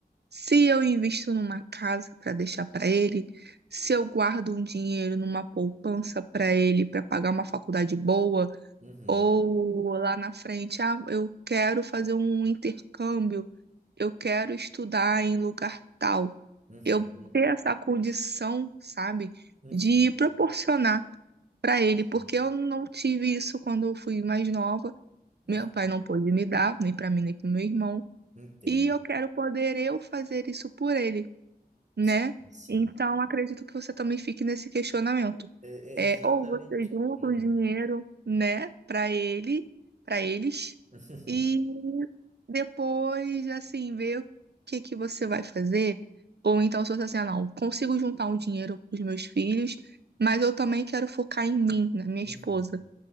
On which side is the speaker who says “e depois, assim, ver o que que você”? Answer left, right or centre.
Right